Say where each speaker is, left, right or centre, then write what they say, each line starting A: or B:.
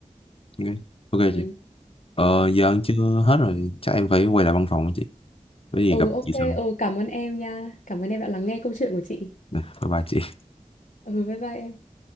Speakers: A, on the left (about 45°); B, on the left (about 90°).
A: Ok Ok
B: Ừ.
A: chị Ờ, giờ ăn chưa hết rồi, chắc em phải quay lại văn phòng chị. Có gì
B: Ừ
A: gặp
B: ok,
A: chị sau.
B: ừ cảm ơn em nha. Cảm ơn em đã lắng nghe câu chuyện của chị.
A: Nè, Bye bye chị.
B: Ừ bye bye em.